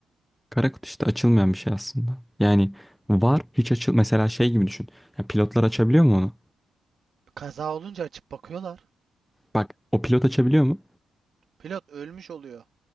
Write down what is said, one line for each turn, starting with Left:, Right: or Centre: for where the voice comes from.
Centre: Kara kutu işte açılmayan bir şey aslında. Yani var hiç açıl mesela şey gibi düşün. Ya pilotlar açabiliyor mu onu?
Right: Kaza olunca açıp bakıyorlar.
Centre: Bak o pilot açabiliyor mu?
Right: Pilot ölmüş oluyor.